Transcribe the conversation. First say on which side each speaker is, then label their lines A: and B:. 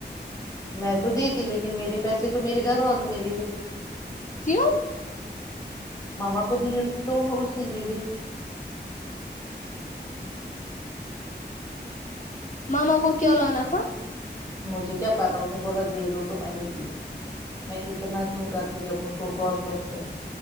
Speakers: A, on the left; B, on the left.
A: میں تو دی تھی لیکن میرے پیسے تو میرے گھر والوں نے لیے
B: کیوں
A: ماما کو نی اٹتی تو اس نے ل لی
B: ماما
A: لی
B: کو کیا لانا تھا
A: مجھے کیا پا اس نے بولا دے دو تو میں نے دیے میں اتنا کیوں کرتی اب اس کو کراس کوشچن